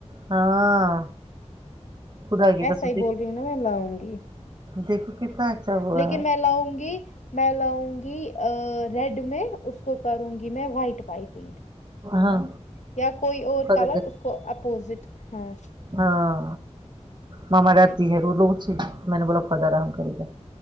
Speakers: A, on the right; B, on the left.
A: ہاں خدا آ گ
B: ایسا
A: کسم
B: ہی
A: د
B: بول رہی ہوں نا میں لاؤں گی
A: دیکھو کتنا اچھا ہوا
B: لیکن
A: ہے
B: میں لاؤں گی میں لاؤں گی ریڈ میں اس کو کروں گی میں وائٹ وائپ پنک
A: ہاں
B: یا کوئی اور
A: خدا
B: کلر
A: کرے
B: اس کو اپوزٹ ہاں
A: ہاں ماما رہتی ہے تو لوگ میں نے بولا خدا آرم کرے گا